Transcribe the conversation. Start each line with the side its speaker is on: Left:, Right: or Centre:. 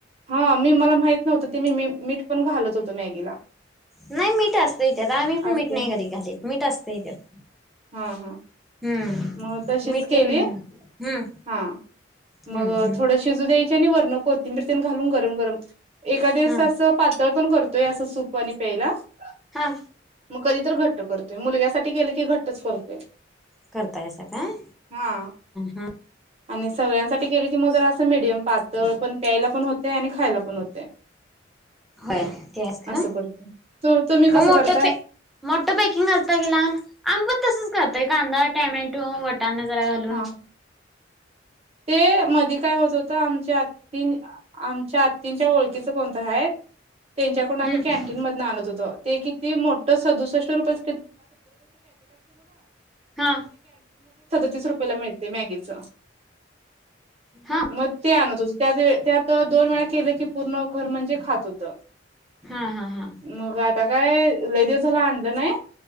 Right: हा मी मला माहित नव्हतं ते मी मीठ पण घालत होतो मॅगीला.
Centre: नाही मीठा असतय त्यात आम्ही पण
Right: असत्या
Centre: मीठ नाही कधी घालीत मीठ असतय त्यात.
Right: हा हा
Centre: हम्म
Right: मग तशीच
Centre: मीठ
Right: केली
Centre: तेन नाही हम्म
Right: हा
Centre: हम्म
Right: मग
Centre: हम्म
Right: थोड शिजू द्यायच. वरन कोथंबीर तेन घालून गरम गरम एखादे
Centre: हा
Right: वेळेस पातळ पण करतोय सूप वाणी प्यायला आणि
Centre: हा
Right: कधीतरी घट्टकरतोय. मुलग्यासाठी केलो की घट्टच करतोय.
Centre: करतायसा काय
Right: हा
Centre: हा.
Right: आणि सगळ्यांसाठी केले की मग, जरा असं मीडियम पातळ पण प्यायला पण हो तय आणि खायला पण होते.
Centre: हाय ते <unintelligible>
Right: असं करतो तुम्ही कसं
Centre: मग आता
Right: करताय
Centre: ते मोठ्ठ पॅकिंग आणता, की लहान आम्हीं पण तसंच करत काई कांदा टॅमेटो वटांना जरा घालून.
Right: हा ते मध्ये काय होत होत, आमच्या आत्ती आमच्या आत्तींच्या ओळखीच कोणतंरी हाय त्येच्याकडून आम्ही
Centre: हम्म
Right: कॅन्टीन मधून आणत होतो, ते किती मोठं सदुसष्ट रुपयांच
Centre: हा
Right: <unintelligible> रुपयाला मिळत मॅग्गीच
Centre: हा
Right: मग ते आणत होतो. त्यात त्यात दोन वेळा केलं की पूर्ण घर म्हणजे खात होत
Centre: हा हा हा
Right: मग आता काय लय दिवस झाला आणल नाही